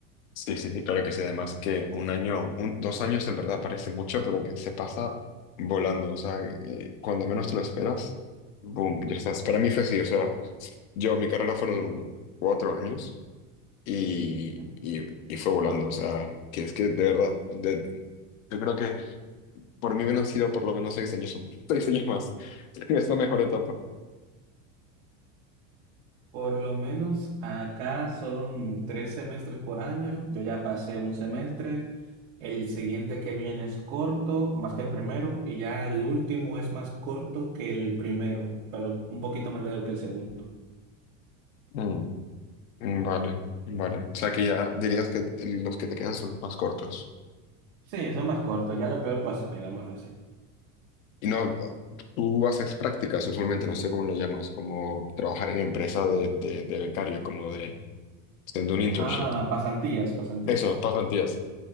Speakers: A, on the left; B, on the right.
A: Sí, sí, sí, claro que sí. Además que un año, un- dos años en verdad parece mucho, pero que se pasa volando. O sea, eh, cuando menos te lo esperas, boom, ya estás. Para mí fue así. O sea, yo, mi carrera fueron cuatro años y,
B: Ujú.
A: y, y fue volando. O sea, que es que de verdad, de- yo creo que por mí hubieran sido por lo menos seis años, <laughs> seis años más. <laughs> Es la mejor etapa.
B: Por lo menos acá son tres semestres por año, yo ya pasé un semestre, el siguiente que viene es corto, más que el primero, y ya el último es más corto que el primero, pero un poquito más largo que el segundo.
A: Mm, Vale, vale. O sea, que ya dirías que los que te quedan son los más cortos.
B: Sí, son más cortos, ya lo peor pasó, digámoslo así.
A: Y no, tú haces prácticas usualmente, no sé cómo lo llamas, como trabajar en empresa de, de, de becario, como de haciendo un internship.
B: Ah, pasantías, pasantías.
A: Eso, pasan días.